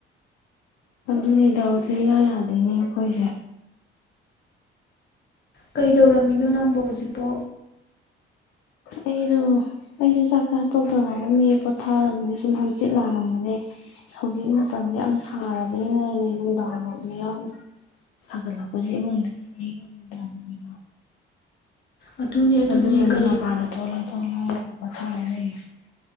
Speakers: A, on the left; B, on the left.
A: ꯗꯨꯅꯦ ꯗꯥꯎꯁꯤ ꯏꯌꯥ ꯌꯥꯗꯦꯅꯦ ꯑꯩꯈꯣꯏꯁꯦ
B: ꯀꯩꯗꯧꯔꯝꯃꯤꯅꯣ ꯅꯪꯕꯨ ꯍꯧꯖꯤꯛꯄꯣ꯫
A: ꯑꯩꯩꯔꫭ ꯑꯩꯁꯨ ꯆꯥꯛ ꯆꯥ ꯇꯣꯛꯇꯉꯥꯏꯔꯝꯃꯤ ꯄꯣꯊꯥꯔꯝꯕꯅꯤ ꯁꯨꯝ ꯍꯪꯆꯤꯠ ꯂꯥꯡꯂꯝꯕꯅꯦ ꯍꯧꯖꯤꯛ ꯃꯇꯝꯁꯦ ꯌꯥꯝ ꯁꯥꯔꯕꯅꯤꯅꯦ ꯅꯨꯡꯗꯥꯡ ꯋꯥꯏꯔꯝ ꯃꯌꯥꯝ ꯁꯥꯒꯠꯂꯛꯄꯁꯤ ꯏꯃꯨꯡꯗꯗꯤ ꯂꯩ ꯉꯝꯗ꯭ꯔꯕꯅꯦꯕ
B: ꯑꯗꯨꯅꯦ ꯑꯗꯨꯅꯦ
A: ꯑꯗꯨꯅꯅꯦ
B: ꯀꯔꯤ
A: ꯃꯥꯄꯅ ꯊꫭꯛꯂ ꯊꫭꯛꯂ꯫ ꯒꯅꯦ ꯄꫭꯊꯥꯔ ꯂꯩꯔꯤꯁꯤ꯫